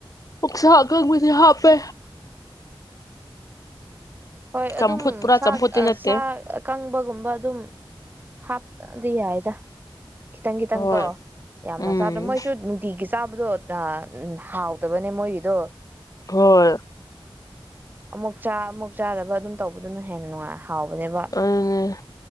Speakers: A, on the left (about 40°); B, on the right (about 20°).
A: ꯑꯣꯛꯁꯒꯪꯕꯁꯦ ꯍꯥꯞꯄꯦ
B: ꯍꯣꯏ
A: ꯆꯝꯐꯨꯠ
B: ꯑꯗꯨꯝ
A: ꯄꯨꯔꯥ
B: ꯆꯥꯛ
A: ꯆꯝꯐꯨꯠꯇꯤ ꯅꯠꯇꯦ
B: ꯁꯥ ꯑꯀꯪꯕꯒꯨꯝꯕ ꯑꯗꯨꯝ ꯍꯥ ꯑꯗꯨꯗꯤ ꯌꯥꯏꯗ ꯈꯤꯇꯪ ꯈꯤꯇꯪ
A: ꯍꯣꯏ
B: ꯀꯣ ꯌꯥꯝꯅ
A: ꯎꯝ
B: ꯆꯥꯗ ꯃꯣꯏꯁꯨ ꯅꯨꯡꯇꯤꯒꯤ ꯆꯥꯕꯗꯣ ꯍꯥꯎꯇꯕꯅꯦ ꯃꯣꯏꯒꯤꯗꯣ
A: ꯍꯣꯏ
B: ꯑꯃꯨꯛ ꯆꯥ ꯑꯃꯨꯛ ꯆꯥꯗꯕ ꯑꯗꯨꯝ ꯇꯧꯕꯗꯨꯅ ꯍꯦꯟꯅ ꯅꯨꯡꯉꯥꯏ ꯍꯥꯎꯕꯅꯦꯕ
A: ꯑꯗꯨꯅꯦ